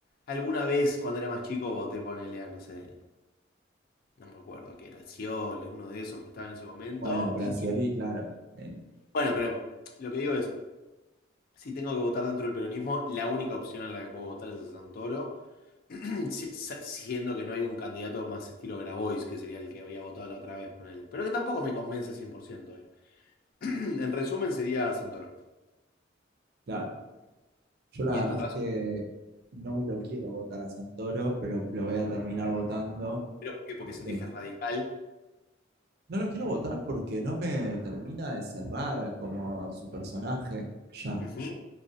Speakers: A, on the left; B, on the right.
A: alguna vez cuando era más chico voté, ponele a, no sé, no me acuerdo qué era, Sciole, uno de esos que estaba en ese momento.
B: bueno, pero
A: y
B: a Scioli, claro. eh,
A: Bueno, pero lo que digo es, si tengo que votar dentro del peronismo, la única opción en la que puedo votar es a Santoro, <clears throat> si- sa- siendo que no hay un candidato más estilo Grabois, que sería el que había votado la otra vez, ponele. Pero que tampoco me convence 100% hoy. <clears throat> En resumen, sería Santoro.
B: claro. Yo la
A: Y en
B: verdad
A: tu caso,
B: es que no lo quiero votar a Santoro, pero lo voy a terminar votando.
A: pero ¿por qué? porque sentís
B: Eh,
A: que es radical.
B: no lo quiero votar porque no me termina de cerrar como su personaje, ya.
A: Ujú.